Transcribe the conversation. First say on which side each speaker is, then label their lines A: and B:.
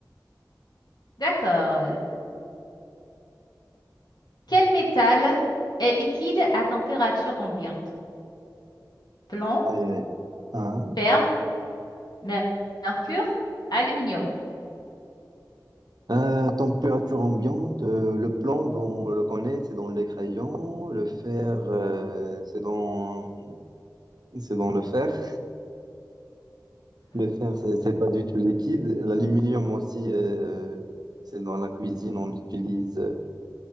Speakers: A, on the left; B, on the right.
A: D'accord. euh, Quel métal est liquide à température ambiante? Plomb
B: Aïe, aïe, aïe.
A: fer, mer- mercure, aluminium.
B: Euh, température ambiante, euh, le plomb, bon, on le connaît, c'est dans les crayons. Le fer, euh, c'est dans, c'est dans le fer. Le fer, c'est c'est pas du tout liquide. L'aluminium aussi, euh, c'est dans la cuisine, on l'utilise euh,